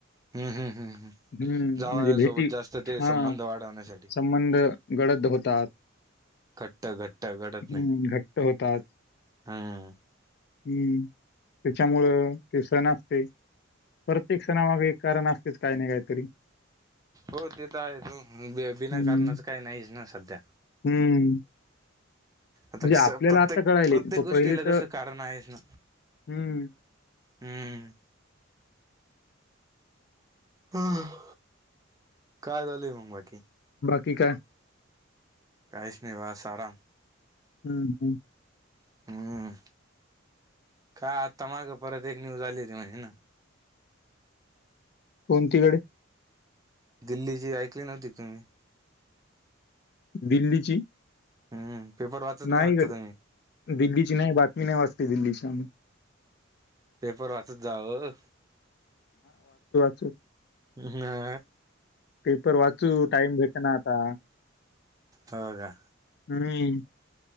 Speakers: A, on the right (about 15°); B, on the left (about 55°).
A: हम्म हम् हम्म हम्
B: हम्म
A: जावया
B: म्हणजे भेटी
A: सोबत जास्त ते
B: हा
A: संबंध वाढवण्यासाठी
B: संबंध गडद होतात
A: घट्ट घट्ट घडत
B: हम्म
A: नाही
B: घट्ट होतात
A: हम्म
B: हम्म त्याच्यामुळं ते सण असते. प्रत्येक सणामधील कारण असतेच काही नाही काहीतरी
A: हो ते तर आहे त बिनाकारणाच
B: हम्म
A: काही नाहीच ना सध्या
B: हम्म
A: आता
B: म्हणजे
A: कस
B: आपल्याला
A: प्रत्येक
B: आता कळायले
A: प्रत्येक
B: तो
A: गोष्टीला
B: पहिले तर
A: कसं कारण आहेस ना
B: हम्म
A: हम्म हम काय झालंय मग बाकी
B: ठीक हाय
A: काहीच नाही ब असं आराम
B: हम्म हम्म
A: हम्म काय आता माग परत एक न्यूज आली र माहि ना
B: कोणतीकडे
A: दिल्लीची ऐकली नव्हती तुम्ही
B: दिल्लीची
A: हम्म पेपर वाचत
B: नाही
A: वाटत
B: कडे
A: तुम्ही
B: दिल्लीची नाही बातमी नाही वाचते दिल्लीशान
A: पेपर वाचत जावं
B: हो
A: हा
B: पेपर वाचू टाइम भेट ना आता
A: हो का
B: हम्म